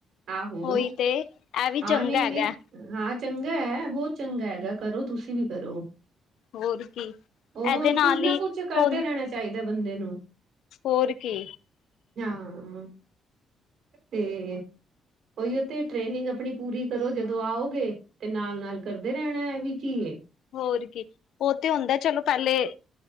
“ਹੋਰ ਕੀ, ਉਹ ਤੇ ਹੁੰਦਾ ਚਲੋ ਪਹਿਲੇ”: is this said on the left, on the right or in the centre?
Left